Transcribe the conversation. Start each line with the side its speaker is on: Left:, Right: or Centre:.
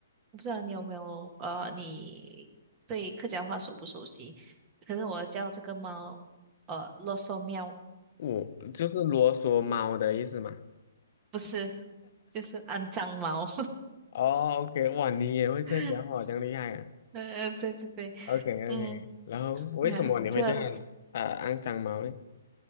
Right: 我不知道你有没有呃，你对客家话熟不熟悉？可是我叫这个猫呃啰嗦喵，
Left: 我就是啰嗦猫的意思嘛。
Right: 不是，就是肮脏猫。
Left: 哦，OK，哇，你也会客家话，
Right: <laughs>
Left: 这样厉害啊。
Right: 呃，对对对，
Left: OK OK，
Right: 嗯，
Left: 然后为什么你嗯会这样呃肮脏猫呢？
Right: 嗯，这个。